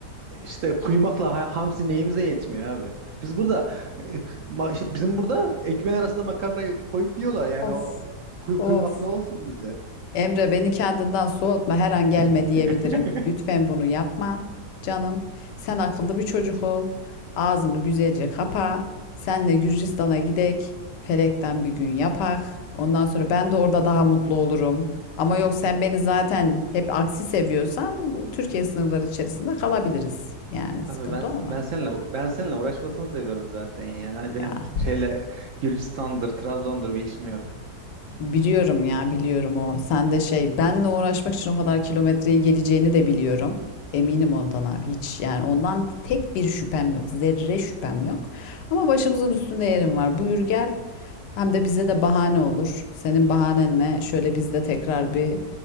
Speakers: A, on the right; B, on the left.
A: işte kuyumakla ha- hamsi neyimize yetmiyor abi. Biz burada e, ma- işte bizim burada ekmeğin arasında makarnayı koyup yiyorlar. Yani
B: Of,
A: o kuy-
B: of.
A: kuyumak ne olsun bize?
B: Emre beni kendinden soğutma her an gelme
A: <laughs>
B: diyebilirim. Lütfen bunu yapma canım. Sen akıllı bir çocuk ol. Ağzını güzelce kapa. Senle Gürcistan'a gidek. Felekten bir gün yapak. Ondan sonra ben de orada daha mutlu olurum. Ama yok sen beni zaten hep aksi seviyorsan Türkiye sınırları içerisinde kalabiliriz. Yani sıkıntı
A: Tabii ben
B: olmaz.
A: ben seninle ben seninle uğraşmasını seviyorum zaten yani. Hani benim
B: Ya.
A: şeyle Gürcistan'dır, Trabzon'dur bir işim yok.
B: Biliyorum ya biliyorum o. Sen de şey benle uğraşmak için o kadar kilometreyi geleceğini de biliyorum. Eminim ondan abi hiç yani ondan tek bir şüphem yok. Zerre şüphem yok. Ama başımızın üstünde yerim var. Buyur gel. Hem de bize de bahane olur. Senin bahanenle şöyle biz de tekrar bir